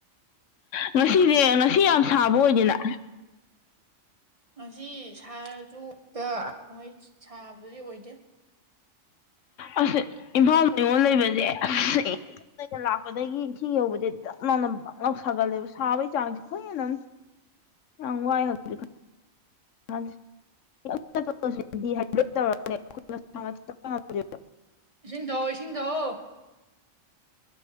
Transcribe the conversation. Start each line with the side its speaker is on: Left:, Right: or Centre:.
Left: ꯉꯁꯤꯁꯦ ꯉꯁꯤ ꯌꯥꯝ ꯁꯥꯕ ꯑꯣꯏꯗꯦꯅ
Right: ꯉꯁꯤ ꯁꯥꯔꯁꯨꯣꯏ ꯁꯥꯕꯗꯨꯗꯤ ꯑꯣꯏꯗꯦ
Left: ꯑꯁ ꯏꯝꯐꯥꯜ ꯅꯤꯉꯣꯟꯜ ꯂꯩꯕꯁꯦ ꯑꯁ ꯩꯅ ꯂꯥꯛꯄꯗꯒꯤ ꯏꯁꯤꯡ ꯌꯧꯕꯁꯦ ꯗꯥꯛꯅꯥꯎꯅ ꯕꯥꯛꯅꯧ ꯁꯥꯒꯜꯂꯦꯕ ꯁꯥꯕꯒꯤ ꯆꯥꯡꯁꯤꯦ ꯈꯣꯏ ꯍꯦꯟꯅ ꯑꯃ ꯑ ꯋꯥꯏ ꯍꯧ <inaudible>
Right: ꯏꯁꯤꯡ ꯊꯥꯛꯑꯣ ꯏꯁꯤꯡ ꯊꯥꯛꯑꯣ